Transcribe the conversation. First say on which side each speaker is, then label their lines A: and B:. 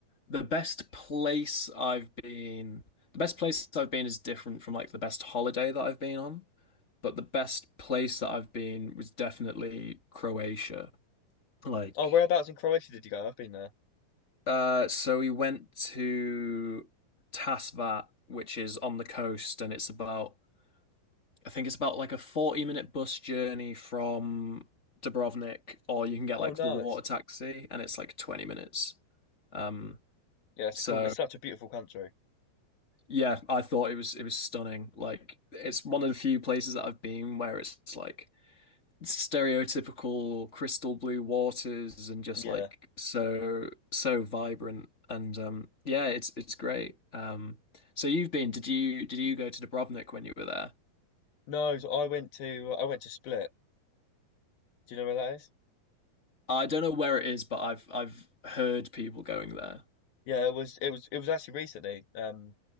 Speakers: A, on the left; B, on the left.
A: the best place I've been, the best place I've been is different from like the best holiday that I've been on, but the best place that I've been was definitely Croatia. Like
B: Oh, whereabouts in Croatia did you go? I've been there.
A: Uh, so we went to Tasvat, which is on the coast, and it's about, I think it's about like a 40 minute bus journey from Dubrovnik, or you can get
B: Oh,
A: like
B: nice.
A: the water taxi, and it's like 20 minutes. Um,
B: Yeah, it's
A: so
B: a cool. It's such a beautiful country.
A: yeah, I thought it was it was stunning. Like it's one of the few places that I've been where it's like stereotypical crystal blue waters and just
B: Yeah.
A: like so so vibrant and um yeah it's it's great um so you've been did you did you go to Dubrovnik when you were there
B: No, so I went to I went to Split. Do you know where that is?
A: I don't know where it is but I've I've heard people going there
B: Yeah, it was it was it was actually recently. Um,